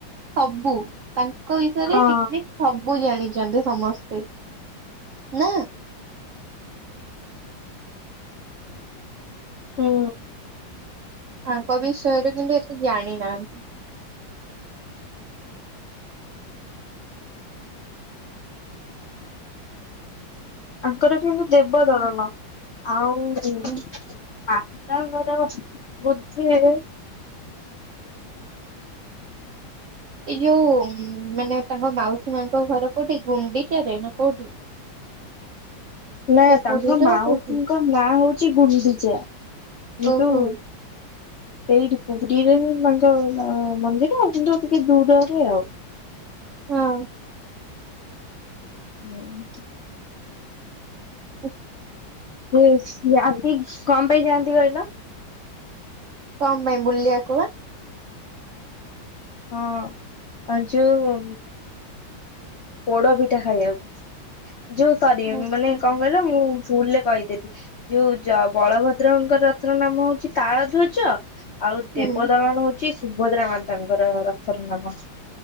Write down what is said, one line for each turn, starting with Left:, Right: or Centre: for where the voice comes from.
Right: ସବୁ ତା ତାଙ୍କ ବିଷୟରେ
Left: ହଁ
Right: ଟିକ୍ ନିକ୍ ସବୁ ଜାଣିଛନ୍ତି ସମସ୍ତେ ନା।
Left: ହୁଁ
Right: ଆଙ୍କ ବିଷୟରେ କିନ୍ତୁ ଏତେ ଜାଣି ନାହାନ୍ତି।
Left: ଆଙ୍କର କିନ୍ତୁ ଦେବଦଳନ ଆଉ ମାତାଙ୍କର
Right: କଣ
Left: ବୋଧେ
Right: ଏଇ ଯୋଉ ମାନେ ତାଙ୍କ ମାଉସୀ ମାଙ୍କ ଘର କୋଉଠି ଗୁଣ୍ଡିଚାରେ ନା କୋଉଠି? <inaudible>
Left: ନା
Right: ପୁରୀର
Left: ତାଙ୍କ ମାଉସୀଙ୍କ
Right: କୋଉଠି?
Left: ନାଁ ହଉଛି ଗୁଣ୍ଡିଚା କିନ୍ତୁ
Right: ଓହୋ
Left: ସେଇଠି ପୁରୀରେ ହିଁ ତାଙ୍କ ମନ୍ଦିର ଆଉ କିନ୍ତୁ ଟିକେ ଦୂରରେ ଆଉ।
Right: ହଁ।
Left: ହୁଁ।
Right: ଆଚ୍ଛା
Left: ସେ ଯାନ୍ତି କଣ ପାଇଁ ଯାଆନ୍ତି କହିଲ?
Right: କଣ ପାଇଁ ବୁଲିବାକୁ ବା।
Left: ହଁ ଯୋଉ ପୋଡ ପିଠା ଖାଇବାକୁ ଯୋଉ ସରି
Right: ଆଚ୍ଛା।
Left: ମାନେ କଣ କହିଲ ମୁଁ ଭୁଲରେ କହିଦେଲି। ଯୋଉ ବଳଭଦ୍ରଙ୍କ ରଥର ନାମ ହଉଛି ତାଳ ଧ୍ୱଜ। ଆଉ
Right: ହୁଁ
Left: ଦେବଦଳନ ହଉଛି ସୁଭଦ୍ରା ମାତାଙ୍କର ରଥର ନାମ।